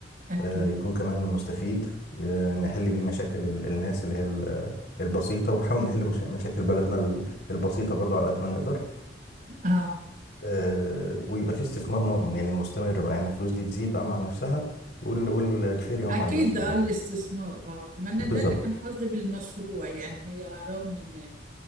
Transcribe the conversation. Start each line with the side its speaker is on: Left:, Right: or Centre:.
Right: اكيد
Left: آه، يكون كمان مستفيد آه، نحل بيه مشاكل ال- الناس اللي هي ال- البسيطة ونحاول نحل مشا- مشاكل بلدنا ال- البسيطة برضو على قد ما نقدر
Right: اه
Left: آه، ويبقى في استثمار م- يعني مستمر بقى يعني الفلوس دي تزيد بقى مع نفسها وال- والخير يعم
Right: اكيد
Left: على الناس كلها
Right: اه الاستثمار اه ما انا
Left: بالظبط
Right: ده اللي كان قصدي بالمشروع يعني هي رغم ان